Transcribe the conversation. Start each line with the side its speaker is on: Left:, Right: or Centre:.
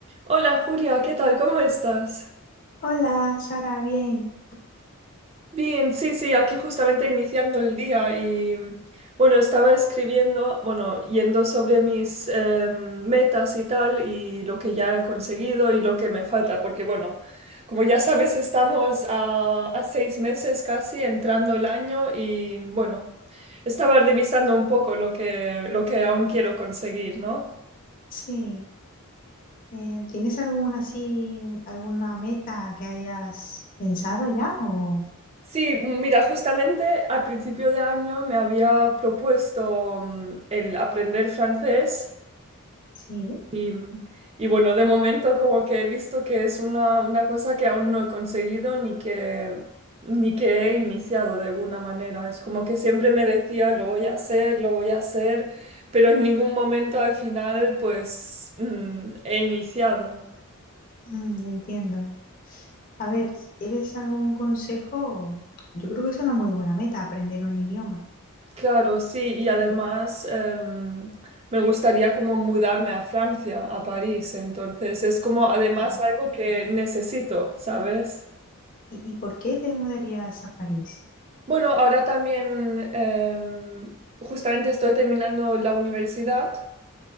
Right: Hola Julia, ¿qué tal? ¿Cómo estás?
Left: Hola, Sara, bien.
Right: Bien, sí, sí, aquí justamente iniciando el día y bueno, estaba escribiendo, bueno, yendo sobre mis em, metas y tal y lo que ya he conseguido y lo que me falta, porque bueno, como ya sabes, estamos a, a seis meses casi entrando el año y bueno, estaba revisando un poco lo que, lo que aún quiero conseguir, ¿no?
Left: Sí. Eh, ¿tienes alguna así, alguna meta que hayas pensado ya? O
Right: Sí, mira, justamente al principio de año me había propuesto mm, el aprender francés
Left: sí,
Right: y, y bueno, de momento como que he visto que es una, una cosa que aún no he conseguido ni que, ni que he iniciado de alguna manera. Es como que siempre me decía, lo voy a hacer, lo voy a hacer, pero en ningún momento al final pues mm, he iniciado.
Left: Mm, entiendo. A ver, si quieres algún consejo, yo creo que es una muy buena meta aprender un idioma.
Right: Claro, sí, y además em, me gustaría como mudarme a Francia, a París, entonces es como además
Left: Ah.
Right: algo que necesito, ¿sabes?
Left: ¿Y, y por qué te mudarías a París?
Right: Bueno, ahora también em, justamente estoy terminando la universidad,